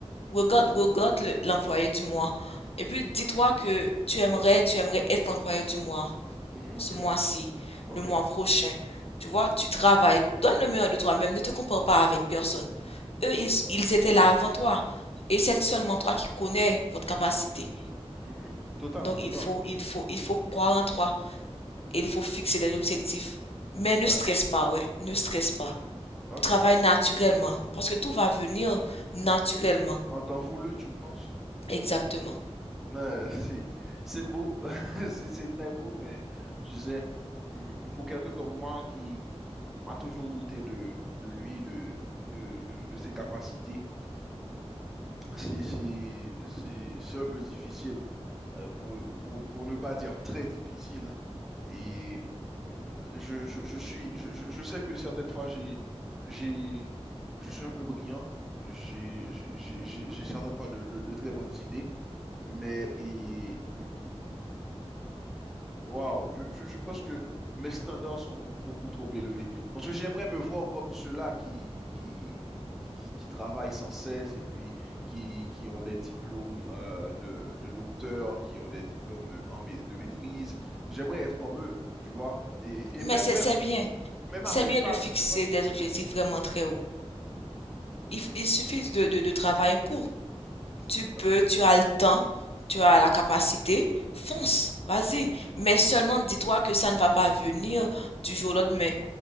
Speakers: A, on the left (about 65°); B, in the centre.
A: Regarde,
B: le-
A: regarde le- l'employé du mois.
B: mhm,
A: Et puis dis-toi que tu aimerais, tu aimerais être l'employé du mois,
B: mhm,
A: ce
B: ok,
A: mois-ci,
B: ok.
A: le mois prochain. Tu vois, tu travailles, donne le meilleur de toi-même, ne te compare pas avec personne. Eux, ils, ils étaient là avant toi. Et c'est seulement toi qui connais votre capacité.
B: Mhm, mhm, totalement,
A: Donc
B: totalement.
A: il faut, il faut, il faut croire en toi et il faut fixer des objectifs. Mais ne
B: Ouais,
A: stresse pas, ouais, ne stresse pas.
B: ok.
A: Travaille naturellement parce que tout va venir naturellement.
B: En temps voulu, tu penses...
A: Exactement.
B: Euh, <laughs> si, c'est beau, <laughs> c'est c'est très beau, mais tu sais, mm, pour quelqu'un comme moi qui a toujours douté de, de lui, de, de, de, de ses capacités, mm, c'est c'est- c'est- c'est un peu difficile, euh, pour, pour, pour ne pas dire très difficile, hein. Et mm, je, je, je suis, je, je je sais que certaines fois, j'ai, j'ai, je suis un peu brillant, j'ai j'ai- j'ai- j'ai- j'ai certaines fois de, de- de très bonnes idées, mais et, hmm, waouh, je, je- je pense que mes standards sont beaucoup trop élevés. Parce que j'aimerais me voir comme ceux-là qui, qui, qui, qui- qui travaillent sans cesse et puis qui, qui ont des diplômes euh, de, de docteur, qui ont des diplômes de, en mai- de maîtrise. J'aimerais être comme eux, tu vois. Et, et
A: Mais
B: même,
A: c'est
B: même,
A: c'est bien,
B: même
A: c'est
B: avec
A: bien
B: ça,
A: de fixer
B: je, je pense...
A: des objectifs vraiment très hauts.
B: Mhm,
A: Il, f- il suffit de, de, de travailler pour.
B: mhm.
A: Tu peux,
B: Euh,
A: tu as le temps, tu as la capacité, fonce, vas-y. Mais seulement dis-toi que ça ne va pas venir du jour au lendemain.